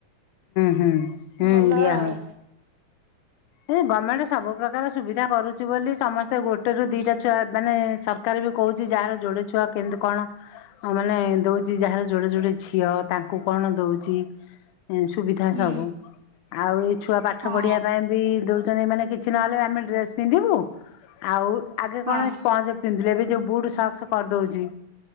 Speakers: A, on the left (about 85°); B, on the right (about 80°).
A: ହୁଁ -ହୁଁ।
B: ଭଲ
A: ଦିଆ
B: ଆଉ
A: ହଉଛି। ଏ ଗଭର୍ଣ୍ଣମେଣ୍ଟ ସବୁ ପ୍ରକାର ସୁବିଧା କରୁଛି ବୋଲି ସମସ୍ତେ ଗୋଟେ ରୁ ଦିଟା ଛୁଆ ମାନେ <unintelligible> ବି କହୁଛି ଯାହାର ଯୋଡେ ଛୁଆ କେମିତି କଣ ମାନେ ଦଉଛି ଯାହାର ଯୋଡେ ଯୋଡେ ଝିଅ ତାଙ୍କୁ କଣ ଦଉଛି ସୁବିଧା
B: ହୁଁ
A: ସବୁ। ଆଉ ଏଇ ଛୁଆ ପାଠ
B: ହଁ
A: ପଢିବା ପାଇଁ ବି ଦଉଛନ୍ତି ମାନେ କିଛି ନହେଲେ ଆମେ ଡ୍ରେସ ପିନ୍ଧିବୁ ଆଉ ଆଗେ
B: ହଁ
A: କଣ ସ୍ପଯ ପିନ୍ଧିଲେ ବି ଯୋଉ ବୁଟ ସକ୍ସ କରିଦଉଛି